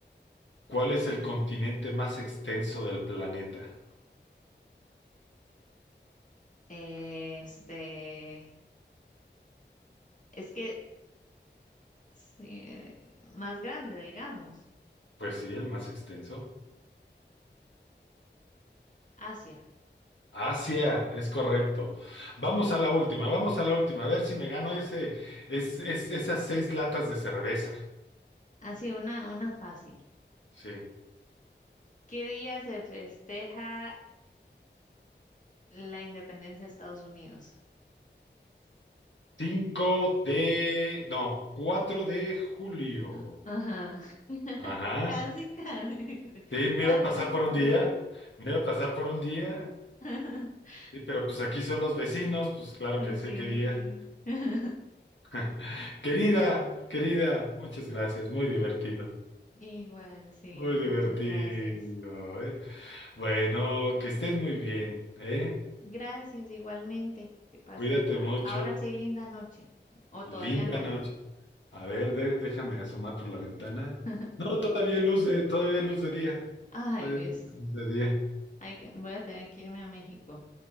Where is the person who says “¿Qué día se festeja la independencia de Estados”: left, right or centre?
Left